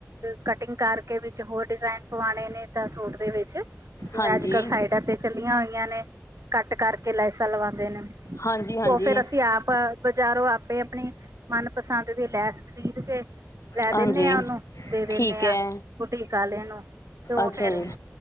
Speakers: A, on the right; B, on the left.
A: ਕਟਿੰਗ ਕਰਕੇ ਵਿੱਚ ਹੋਰ ਡਿਜ਼ਾਇਨ ਪਵਾਣੇ ਨੇ ਤਾਂ ਸੂਟ ਦੇ ਵਿੱਚ ਜਿਵੇਂ
B: ਹਾਂਜੀ
A: ਅੱਜ ਕੱਲ੍ਹ ਸਾਈਡਾਂ ਤੇ ਚੱਲੀਆਂ ਹੋਈਆਂ ਨੇ ਕੱਟ ਕਰਕੇ ਲੈਸਾਂ ਲਵਾਉਂਦੇ ਨੇ।
B: ਹਾਂਜੀ ਹਾਂਜੀ
A: ਉਹ ਫੇਰ ਅਸੀਂ ਆਪ ਬਜ਼ਾਰੋ ਆਪੇ ਆਪਣੀ ਮਨਪਸੰਦ ਦੀ ਲੈਸ ਖਰੀਦ ਕੇ ਲੈ
B: ਹਾਂਜੀ
A: ਦੇਣੇ ਆ ਉਹਨੂੰ ਦੇ ਦੇਣੇ
B: ਠੀਕ
A: ਆ
B: ਹੈ
A: ਬੁਟੀਕ ਵਾਲੇ ਨੂੰ ਤੇ ਉਹ
B: ਅੱਛਾ
A: ਫੇਰ
B: ਜੀ